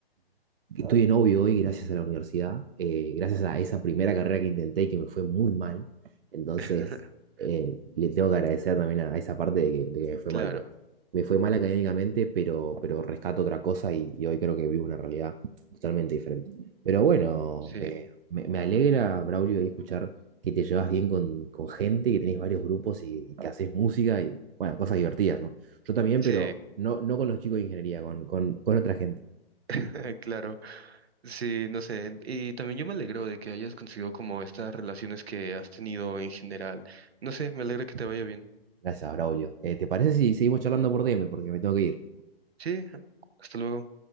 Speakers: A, on the right; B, on the right.
A: Estoy en novio hoy gracias a la universidad, eh, gracias a esa primera carrera que intenté y que me fue muy mal. Entonces,
B: <laughs>
A: eh, le tengo que agradecer también a, a esa parte de que, de que me fue
B: claro,
A: mal. porque Me fue mal académicamente, pero, pero rescato otra cosa y, y hoy creo que vivo una realidad totalmente diferente. Pero bueno,
B: sí.
A: eh, me, me alegra, Braulio, ahí escuchar que te llevas bien con, con gente, que tenés varios grupos y, y que haces música y, bueno, cosas divertidas, ¿no? Yo también,
B: Sí,
A: pero no, no con los chicos de ingeniería, con, con, con otra gente.
B: <laughs> claro. Sí, no sé. Y también yo me alegro de que hayas conseguido como estas relaciones que has tenido en general. No sé, me alegra que te vaya bien.
A: Gracias, Braulio. Eh, ¿te parece si seguimos charlando por DM? Porque me tengo que ir.
B: Sí, hasta luego.